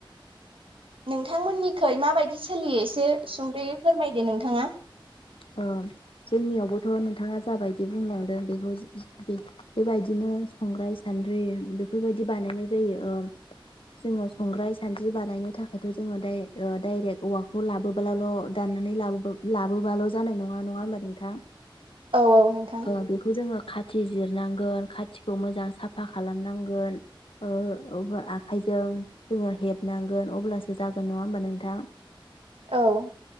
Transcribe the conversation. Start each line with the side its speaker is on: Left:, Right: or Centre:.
Right: नोंथांमोननिखै माबोरै सोलियो एसे सुंद'यै फोरमाय दे नोंथाङा।
Left: ओ जोंनियावबोथ' नोंथाङा जाबायदि बुंलांदों बेखौ बेबायदिनो संग्राय सान्द्रि बेफोरबायदि बानायनाय जायो ओ जोङो संग्राय सान्द्रि बानायनो थाखायथ' जोङो दा-दायरेक्ट औवाखौ लाबोल' दाननानै लाबोबाल' जानाय नङा नङा होनब नोंथां
Right: औ औ नोंथां
Left: ओ बेखौ जोङो खाथि जिरनांगोन खाथिखौ मोजां साफा खालामनांगोन ओ आखाइजों जोङो ओ हेबनांगोन अब्लासो जागोन नङा होमबा नोंथां
Right: औ